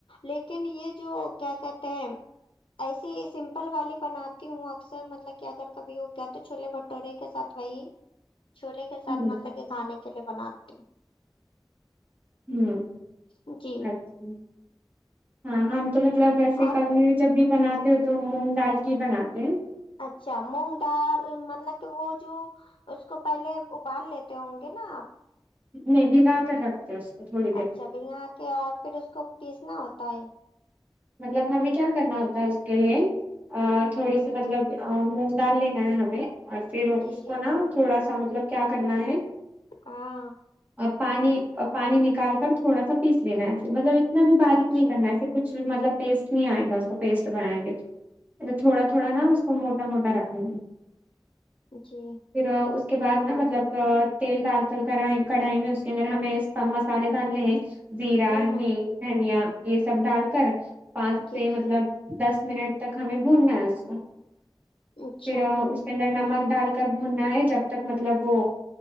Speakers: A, on the left; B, on the right.
A: لیکن یہ جو کیا کہتے ہیں ایسی ہی سمپل والی بناتی ہوں اکثر مطلب کہ اگر کبھی ہو کیا تو چھولے بٹورے کے ساتھ وہی چھولے کے ساتھ
B: ہ
A: مطلب کہ کھانے کے لئے بناتی ہوں
B: ھممم
A: ہوں جی
B: اچھا ہاں ہم تو ب مطلب ویسے
A: آپ
B: کب بھی جب بناتے ہو تو مونگ ڈال کے بناتے ہیں
A: اچھا مونگ دال مطلب کہ وہ جو اس کو پہلے ابال لیتے ہوں گے نا آپ
B: نہیں بھیگا کے رکھ جیس کا تھوڑی
A: اچھا بھیگا کے اور پھر اس کو پیسنا ہوتا ہے
B: مطلب ہمیں کیا کرنا ہوتا ہے اس کے لیے ا تھوڑی سی مطلب مونگ دال لینا ہے ہمیں اور پھر
A: جی
B: اس
A: جی
B: کو نہ تھوڑا سا مطلب کیا کرنا ہے
A: ہاں
B: اور پانی پانی نکال کر تھوڑا سا پیس لینا ہے پھر مطلب اتنا بھی باریک
A: اچھا
B: نہیں کرنا ہے پھر کچھ مطلب ٹسٹ نہیں آئے گا اس کو پیسٹ بنائے گے تو اچھا تھوڑا تھوڑا نہ اس کو موٹا موٹا رکھنے
A: جی
B: پھر اس کے بعد نہ مطلب تیل ڈال کر کڑھائی میں اس کے اندر ہمیں کم مصالے دال لیں زیرا
A: ہوں
B: ہنگ
A: ہوں
B: دھنیا یہ سب ڈال کر پانس
A: جی
B: سے مطلب
A: جی
B: دس منٹ تک ہمیں بھوننا ہے اس کو
A: اچھا
B: پھر کے اندر نمک ڈال کر بھوننا ہے جب تک مطلب وہ